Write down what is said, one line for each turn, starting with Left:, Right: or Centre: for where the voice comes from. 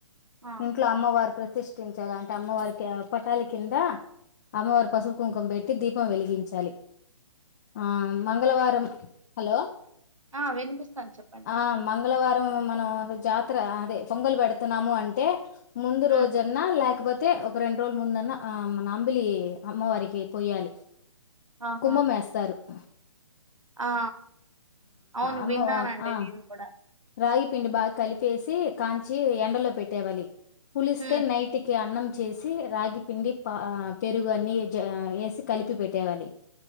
Right: ఆ
Left: ఇంట్లో అమ్మవారి ప్రతి ప్రతిష్టించాలి అంటే అమ్మవారికి పటాలి కింద అమ్మవారి పసుపు కుంకం పెట్టి దీపం వెలిగించాలి ఆ మంగళవారం హలో
Right: ఆ వినిపిస్తాను చెప్పండి
Left: ఆ మంగళవారం మనం జాతర అదే పొంగలు పెడుతున్నాము అంటే ముందు రోజన్నా
Right: ఉమ్
Left: లేకపోతే అయితే ఒక రెండు రోజుల ముందన్న మన అంబిలి అమ్మవారికి పోయాలి
Right: ఆహా
Left: కుమ్మం ఏస్తారు స
Right: ఆ అవును
Left: అమ్మ
Right: విన్నానండి
Left: ఆ
Right: నేను కూడా
Left: రాగి పిండి బాగా కలిపేసి కాంచి ఎండలో పెట్టేవళి పులిస్తే
Right: ఉమ్
Left: నైటికి అన్నం చేసి రాగి పిండి పా పెరుగు అన్ని వేసి కలిపి పెట్టేవాలి